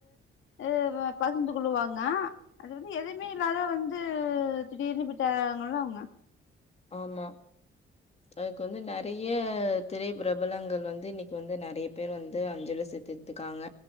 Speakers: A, on the left; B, on the left.
A: அ பகிர்ந்து கொள்ளுவாங்க அ து வந்து எதுமே இல்லாத வந்து திடீர்னு போயிட்டாங்கல்ல அவுங்க
B: ஆமா அதுக்கு வந்து நெறய திரை பிரபலங்கள் வந்து இன்னிக்கு வந்து நெறய பேர் வந்து அஞ்சலி செத்திருக்காங்க